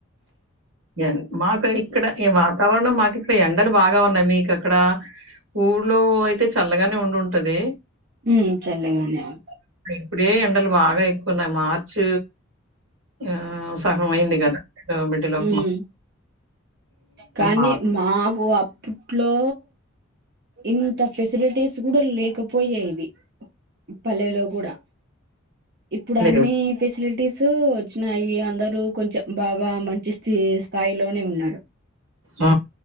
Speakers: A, on the right; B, on the right.
A: ఏన్ మాటై ఇక్కడ ఈ వాతావరణం మాకు ఇక్కడ ఎండలు బాగా ఉన్నాయి, మీకు అక్కడ ఊర్లో అయితే చల్లగానే ఉండి ఉంటది.
B: ఉమ్ చల్లగనే ఉన్
A: ఇప్పుడే ఎండలు బాగా న్నయి మార్చ్ ఆ ఆ సగం అయింది కదా ఇటు మిడ్ లో
B: హ్ కానీ
A: బాగా
B: మాకు అప్పు ట్లో ఇంత ఫెసిలిటీస్ కూడా లేకపోయేవి పల్లెలో కూడా ఇప్పుడు అన్ని
A: లేవు.
B: ఫెసిలిటీస్ సో వచ్చినాయి అంద రు కొంచెం బాగా మంచి స్థి స్థాయిలోనే ఉన్నారు.
A: ఆ